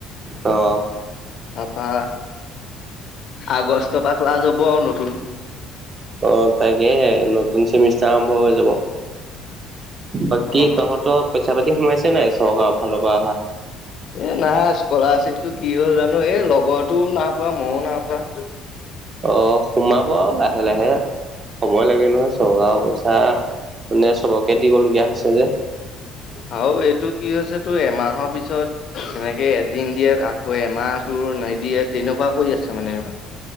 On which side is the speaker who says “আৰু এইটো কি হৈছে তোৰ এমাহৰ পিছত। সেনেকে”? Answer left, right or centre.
Left